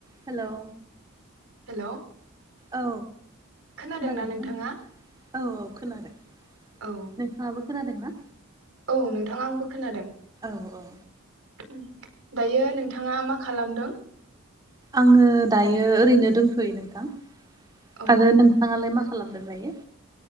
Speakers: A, on the right; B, on the right.
A: Hello
B: hello
A: औ
B: खोनादोंना
A: खोनादों
B: नोंथाङा
A: नों औ औ खोनादों
B: औ
A: नोंथाङाबो खोनादोंना?
B: औ नोंथाङ आंबो खोनादों।
A: अ औ
B: ओम दायो नोंथाङा मा खालामदों?
A: आङो दायो ओरैनो दंथयो नोंथां
B: औ
A: आरो नोंथाङालाय मा खालामदों दायो?